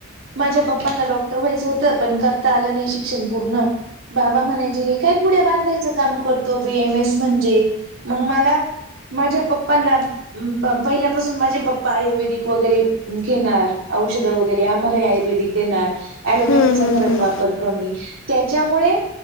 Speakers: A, on the right; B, on the left.
A: माझ्या पप्पाला डॉक्टर व्हायचं होतं पण करता आलं नाही शिक्षण पूर्ण बाबा म्हणायचे हे काय पुढ्या बांधायचं काम करतो बीएम एस म्हणजे मग मला माझ्या पप्पांला पहिल्यापासून माझे पप्पा आयुर्वेदिक वगैरे घेणार औषध वगैरे आ्हा. लय ऐवरदीक देणार आणि
B: हं, हं,
A: घरात
B: हं.
A: वापर कमी त्याच्यामुळे